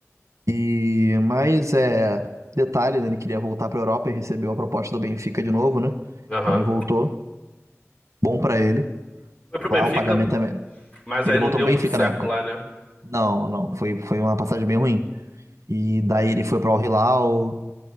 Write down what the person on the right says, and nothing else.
E, mas é. Detalhe, né? Ele queria voltar pra Europa e recebeu a proposta do Benfica de novo, né?
Então ele voltou. Bom pra ele.
Lá o pagamento é melhor.
Ele
voltou
pro
Benfica
na época.
Não, não. Foi, foi uma passagem bem ruim. E daí ele foi para o Hilal.